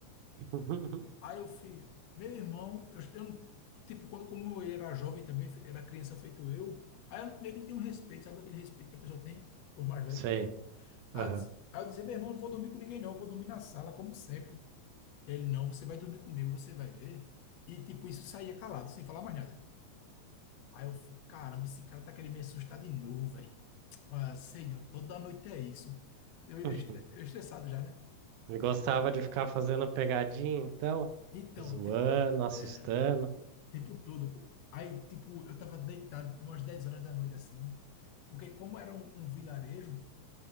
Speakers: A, on the right; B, on the left.
A: <laughs>
B: Aí eu fui, meu irmão, eu, eu não- tipo, quando como eu era jovem também, era criança feito eu, aí eu meio que não tenho um respeito, sabe aquele respeito que a pessoa tem por mais velho?
A: Sei.
B: Aí
A: Aham.
B: eu, disse- aí eu dizia, meu irmão, não vou dormir com ninguém, não, eu vou dormir na sala, como sempre. Ele, não, você vai dormir comigo, você vai ver. E, tipo, isso saía calado, sem falar mais nada. Aí eu fico, caramba, esse cara tá querendo me assustar de novo, velho. Ah, Senhor, toda noite é isso. Eu, eu,
A: <laughs>
B: estre- eu estressado já, né?
A: Ele gostava de ficar fazendo pegadinha, então,
B: Então,
A: zoando,
B: tipo,
A: assustando.
B: é, tempo todo, pô. Aí, tipo, eu tava deitado umas 10 horas da noite, assim. Porque como era um, um vilarejo,